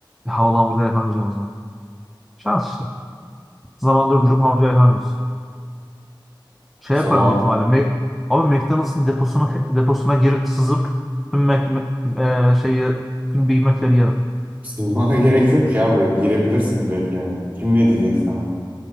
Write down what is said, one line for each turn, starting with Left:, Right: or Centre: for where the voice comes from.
Centre: Havalı hamburger yapamayacağım o zaman. Şans işte. Zaman durdurup hamca yapamıyorsun. Şey
Right: zaman
Centre: yaparım büyük ihtimalle. Mac- Abi McDonald's'ın deposuna deposuna gir, sızıp tüm Mac, Mac- e, şeyi tüm Big Mac'leri yerim.
Right: zamana gerek yok ya böyle girebilirsin direkt yani. Kim ne diyecek sana?